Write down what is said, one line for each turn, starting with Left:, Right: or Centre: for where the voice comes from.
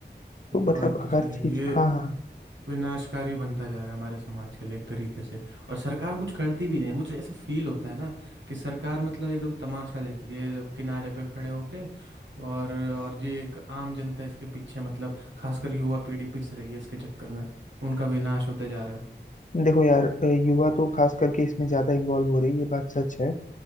Left: तो मतलब
Right: बात तो सही
Left: हर
Right: है
Left: चीज
Right: ये
Left: हाँ हाँ
Right: विनाशकारी बनता जा रहा है हमारे समाज के लिए एक तरीके से और सरकार कुछ करती भी नहीं है मुझे ऐसा फील होता है ना कि सरकार मतलब एकदम तमाशा देख रही है किनारे पे खड़े होके और और ये एक आम जनता इसके पीछे मतलब खासकर युवा पीढ़ी पिस रही है इसके चक्कर में उनका विनाश होते जा रहा
Left: देखो यार अ, युवा तो खास करके इसमें ज्यादा इन्वॉल्व हो रही है ये बात सच है